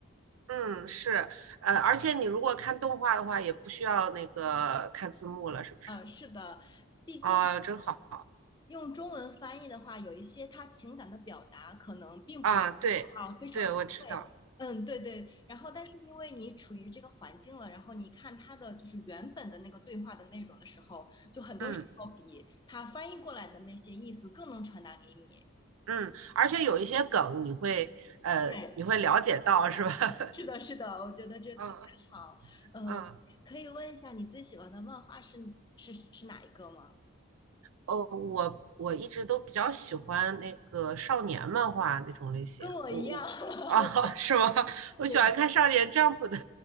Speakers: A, on the right; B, on the left.
A: 嗯，是，呃，而且你如果看动画的话，也不需要那个看字幕了，是不是？
B: 嗯，是的，毕竟
A: 啊，真好
B: 用中文翻译的话，有一些他情感的表达可能并不
A: 啊！对，
B: 啊非常到位。
A: 对，我知道，
B: 嗯，对对。然后，但是因为你处于这个环境了，然后你看他的就是原本的那个对话的内容的时候，就很多时候比他翻译过来的那些意思更能传达给你。
A: 嗯嗯，而且有一些梗你会呃你会了解到是吧？
B: 对，
A: <laughs>
B: 是的，是的，我觉得这特别好。
A: 嗯
B: 嗯，
A: 嗯，
B: 可以问一下你最喜欢的漫画是是是哪一个吗？
A: 哦，我我一直都比较喜欢那个少年漫画那种类型，
B: 跟我一样。
A: 我我哦
B: <laughs>
A: <laughs> 是吗？<laughs> 我喜欢看少年
B: 对的。
A: Jump 的